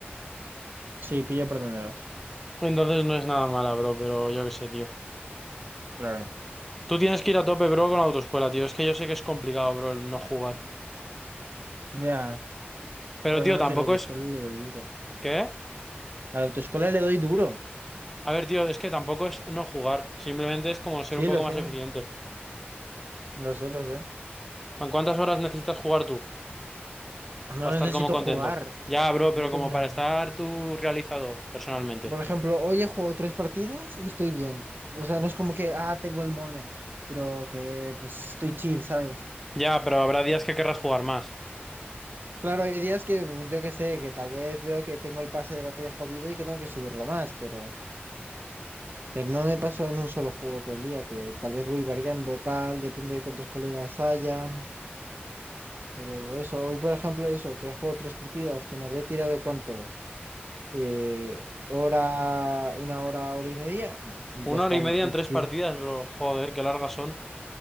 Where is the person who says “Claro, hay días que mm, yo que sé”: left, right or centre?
Right